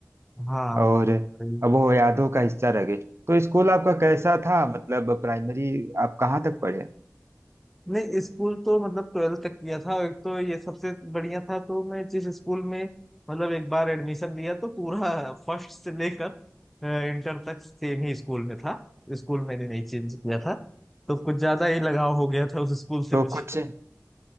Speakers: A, in the centre; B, on the right.
A: हाँ
B: और
A: वो तो है भाई
B: अब वो यादों का हिस्सा रह गई तो स्कूल आपका कैसा था मतलब प्राइमरी आप कहाँ तक पढ़े
A: नहीं स्कूल तो मतलब ट्वेल्थ तक किया था एक तो ये सबसे बढ़िया था तो मैं जिस स्कूल में मतलब एक बार एडमिशन लिया तो पूरा <laughs> फर्स्ट से लेकर इंटर तक सेम ही स्कूल में था स्कूल मैंने नहीं चेंज किया था तो कुछ ज्यादा ही लगाव हो गया था उस स्कूल से
B: तो
A: मुझे
B: कुछ